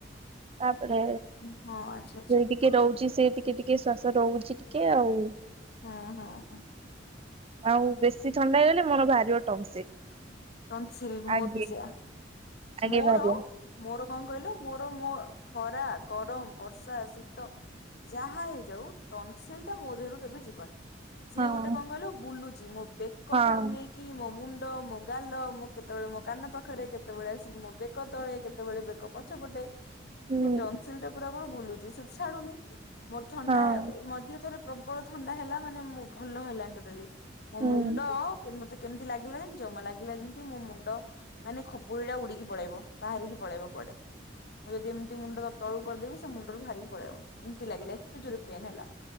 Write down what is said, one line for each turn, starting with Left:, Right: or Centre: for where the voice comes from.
Right: ତାପରେ
Left: ହଁ ଆଛା ଆଛା।
Right: ସେ ଟିକେ ରହୁଚି ସେ ଟିକେ ଟିକେ ଶ୍ୱାସ ରହୁଚି ଟିକେ ଆଉ।
Left: ହଁ ହଁ ହଁ।
Right: ଆଉ ବେଶୀ ଥଣ୍ଡା ହେଇଗଲେ ମୋର ବାହାରିବ ଟନସିଲ।
Left: ତନସିଲ ମୋର
Right: ଆଗେ
Left: ବି ସେୟା
Right: ଆଗେ
Left: ମୋର
Right: ବାହାରିବ
Left: ମୋର କଣ କହିଲ ମୋର ମୋ ଖରା ଗରମ ବର୍ଷା ଶୀତ ଯାହା ହେଇଯାଉ ଟନସିଲ ଟା ମୋ ଦେହରୁ କେବେ ଯିବନି ସିଏ
Right: ହଁ
Left: ଗୋଟେ କଣ କହିଲ ବୁଲୁଛି ମୋ ବେକ
Right: ହଁ
Left: ଠାରୁ ନେଇକି କି ମୋ ମୁଣ୍ଡ ମୋ ଗାଲ ମୁଁ କେତେବେଳେ ମୋ କାନ ପାଖରେ କେତେବେଳେ ଆସିକି ମୋ ବେକ ତଳେ କେତେବେଳେ ବେକ ପଛ ପଟେ
Right: ହୁଁ
Left: ସେ ଟନସିଲ ଟା ପୁରା ମୋର ବୁଲୁଚି ସେ ଛାଡୁନି ମୋର ଥଣ୍ଡା
Right: ହଁ
Left: ମଝିରେ ଥରେ ପ୍ରବଳ ଥଣ୍ଡା ହେଲା ମାନେ ମୋ ଭଲ ହେଲାନି ଟୋଟାଲି ବ
Right: ହୁଁ।
Left: ମୋ ମୁଣ୍ଡ କେମ ମତେ କେମିତି ଲାଗିଲା ଜାଣିଚ ଜମା ଲାଗି ଲା ଯେମିତି ମୋ ମୁଣ୍ଡ ମାନେ ଖପୁରୀ ଟା ଉଡିକି ପଳେଇବ ବାହାରିକି ପଳେଇବ କୁଆଡେ। ମୁଁ ଯଦି ଏମିତି ମୁଣ୍ଡ ତ ତଳକୁ କରିଦେବି ସେ ମୁଣ୍ଡରୁ ବାରିକି ପଳେଇବ ଏମତି ଲାଗିଲା ଏତେ ଜୋରେ ପେନ୍ ହେଲା।